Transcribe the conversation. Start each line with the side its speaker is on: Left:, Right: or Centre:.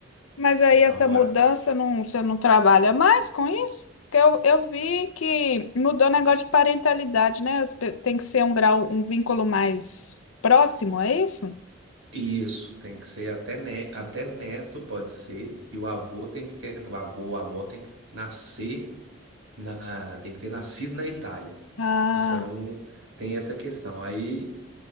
Left: Mas aí
Right: Então
Left: essa
Right: agora
Left: mudança, não, você não trabalha mais com isso? Porque eu, eu vi que mudou o negócio de parentalidade, né? As pe- Tem que ser um grau, um vínculo mais próximo, é isso?
Right: isso tem que ser até ne até neto pode ser e o avô tem que ter o avô, a avó tem que nascer na tem que ter nascido na Itália.
Left: Ah,
Right: Então tem essa questão. Aí